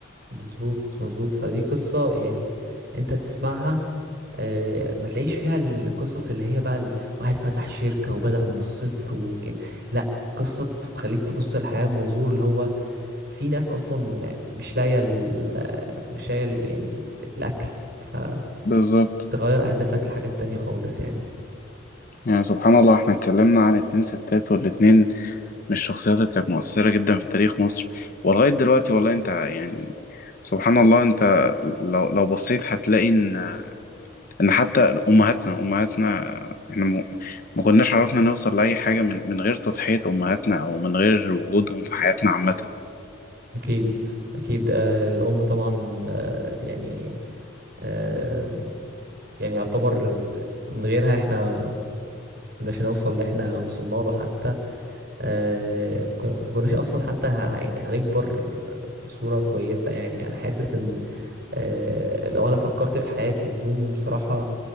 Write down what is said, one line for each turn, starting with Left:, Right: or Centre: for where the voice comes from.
Right: مظبوط مظبوط. فدي قصه يعني انت تسمعها آه، ما تلاقيش فيها القصص اللي هي بقى ال- واحد فتح شركه وبدأ من الصفر وك... لا قصه بتخليك تبص للحياه بمنظور اللي هو في ناس اصلا مش لاقيه ال- مش لاقيه ال- يعني الاكل فتغير
Left: بالظبط
Right: اهدافك لحاجات تانية خالص يعني
Left: يعني سبحان الله احنا اتكلمنا عن اتنين ستات والاتنين مش الشخصيات اللي كانت مؤثرة جدا في تاريخ مصر ولغاية دلوقتي والله انت يعني سبحان الله انت لو لو بصيت هتلاقي ان ان حتى امهاتنا امهاتنا احنا م- ما كناش عرفنا نوصل لاي حاجة من من غير تضحية امهاتنا او من غير وجودهم في حياتنا عامة
Right: أكيد أكيد آه، الأم طبعا آه، يعني آه، يعني يعتبر من غيرها احنا مكناش هنوصل اللي احنا وصلنا له حتى آه، كنا- مكناش أصلا حتى ه- يعني هنكبر بصورة كويسة يعني أنا حاسس إن آه، لو أنا فكرت في حياتي بدون بصراحة